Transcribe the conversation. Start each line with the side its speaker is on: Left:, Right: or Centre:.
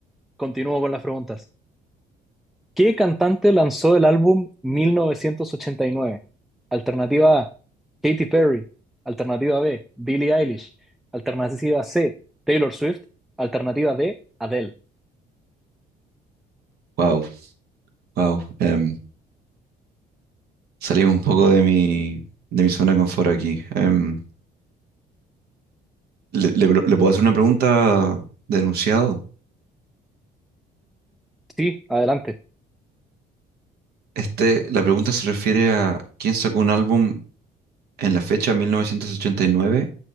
Centre: continúo con las preguntas. ¿Qué cantante lanzó el álbum 1989? Alternativa A, Katy Perry. Alternativa B, Billie Eilish. Alternativa C, Taylor Swift. Alternativa D, Adele.
Right: Wow, wow. em, salimos un poco de mi, de mi zona de confort aquí. Em, le, le- le puedo hacer una pregunta denunciado?
Centre: Sí, adelante.
Right: Este, la pregunta se refiere a quién sacó un álbum en la fecha 1989